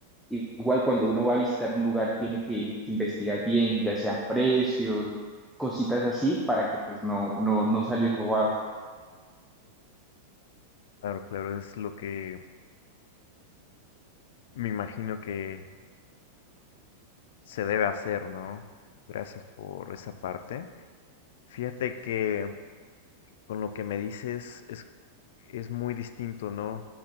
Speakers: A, in the centre; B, on the left (about 60°).
A: igual cuando uno va a visitar un lugar, tiene que, que investigar bien, ya sean precios, cositas así, para que pues no, no, no salir robado.
B: Claro, claro, es lo que me imagino que se debe hacer, ¿no? Gracias por esa parte. Fíjate que con lo que me dices es, es muy distinto, ¿no?